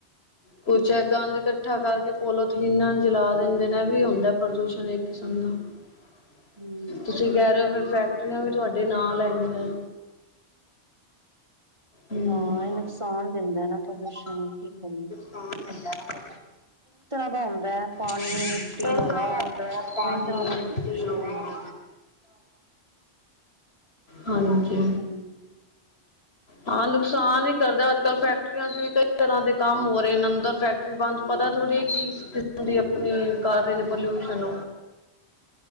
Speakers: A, on the left (about 65°); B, on the right (about 25°).
A: ਕੁਛ ਹੈ ਗੰਦ ਇਕੱਠਾ ਕਰਕੇ ਪੋਲੋ ਪੋਲੋ ਥੀਨਾ ਜਲਾ ਦਿੰਦੇ ਨੇ ਵੀ ਹੁੰਦਾ ਪ੍ਰਦੂਸ਼ਣ ਇੱਕ ਕਿਸਮ ਦਾ
B: ਹਮ
A: ਤੁਸੀਂ ਕਹਿ ਰਹੇ ਹੋ ਫੈਕਟਰੀਆਂ ਵੀ ਤੁਹਾਡੇ ਨਾਲ ਹੈਗੀਆਂ ਹਮ
B: ਹਾਂ ਇਹ ਨੁਕਸਾਨ ਦਿੰਦਾ ਨਾ ਪ੍ਰਦੂਸ਼ਣ ਨੂੰ ਕੀ ਕਰੀ
A: ਨੁਕਸਾਨ ਦਿੰਦਾ ਨਾ ਸਾਨੂੰ
B: ਦਾ ਹੁੰਦਾ ਹੈ ਪਾਣੀ
A: ਸਭ ਕੁਝ
B: ਮਿੱਟੀ ਹਵਾ
A: ਗੰਦਾ ਪਾਣੀ
B: ਕਈ ਤਰ੍ਹਾਂ ਦਾ
A: ਮਿੱਟੀ
B: ਪ੍ਰਦੂਸ਼ਣ
A: ਹਵਾ
B: ਹੁੰਦਾ
A: ਹਾਂਜੀ
B: ਹਮ
A: ਹਾਂ ਨੁਕਸਾਨ ਹੀ ਕਰਦਾ ਅੱਜ ਕੱਲ੍ਹ ਫੈਕਟਰੀਆਂ ਚ ਵੀ ਕਈ ਤਰ੍ਹਾਂ ਦੇ ਕੰਮ ਹੋ ਰਹੇ ਨੇ ਅੰਦਰ ਫੈਕਟਰੀ ਬ ਪਤਾ ਥੋੜ੍ਹੀ ਹੈ ਕਿ ਕਿਸਮ ਦੀ ਆਪਣੇ ਕਰ ਰਹੇ ਨੇ ਪੋਲਿਊਸ਼ਨ